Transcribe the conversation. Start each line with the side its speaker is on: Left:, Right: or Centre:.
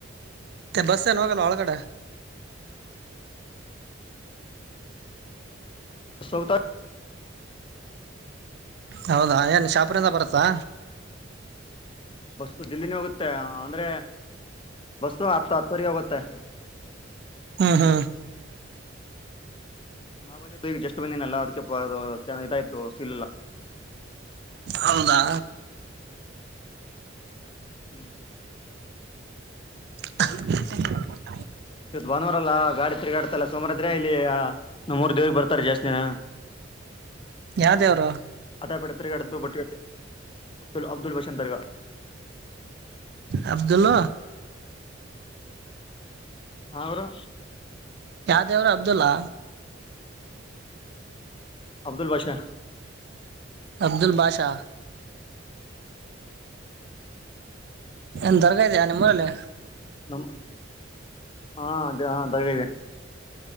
Right: ಬಸ್ಸಏನುಾಗಲ್ಲ ಹೊಳಗಡೆ
Left: ತ
Right: ಹೌದಾ ಏನ್ ಶಾಪ್ರಂದ ಬರುತ್ತಾ.
Left: ಬಸ್ಸು ಜಲ್ಲಿ. ನ ಹೋಗುತ್ತೆ ಅಂದ್ರೆ ಬಸ್ಸ ಹತ್ತು ಹತ್ತುವರೆಗೆ ಹೋಗುತ್ತೆ
Right: ಹ್ಮ ಹಾ.
Left: ನಾ ಬಂದಿದ್ದು ಈಗ ಜಸ್ಟ್ ಬಂದೀನಲ್ಲ ಅದಕ್ಕೆ ಇದಾಯ್ತು ಸೀಲ್
Right: ಹೌದಾ
Left: ಹ್ಮ್
Right: ಅ
Left: ಇವತ್ ಭಾನುವಾರಲ್ಲಾ ಗಾಡಿ ತಿರ್ಗಾಡ್ತಲ್ಲ ಸೋಮಾರ ಇದ್ರೆ ಇಲ್ಲಿಮೂರ್ ದೇವಗೆ ಬರ್ತಾರ ಜಾಸ್ತಿ ದಿನ
Right: ಯಾವ ದೇವ್ರು
Left: ಅಾಪಡ ಅ ಬಟ್ಟ ಅಬುಲ್ ಅಬ್ದುಲ್ ಬ ಚಂದ್ರಗ
Right: ಅಬ್ದುಲ್ಲ
Left: ಅವರು
Right: ಯಾವ್ದೇವ್ರ ಅಬ್ದುಲ್ಲಾ
Left: ಅಬ್ದುಲ್ ಬಷಾ
Right: ಅಬ್ದುಲ್ ಬಾಷಾ ಏನ್ ದರಗಾ ಇದ ಇದಯ ನಿಮ್ಮೂರಲ್ಲಿ.
Left: ನಮ್ಮ್ ಹಾ ಹ ದಗ ಇದೆ.